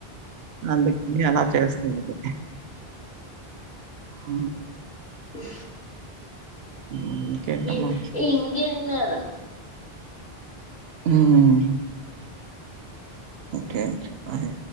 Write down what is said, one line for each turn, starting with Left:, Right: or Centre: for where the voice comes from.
Right: అందుకని అలా చేస్తారు. హ
Left: హ్
Right: హ్మ్. ఇంకేంటమ్మా?
Left: ఇ ఇంకేం మేడం.
Right: మ్ ఓకే చెప్పాలి.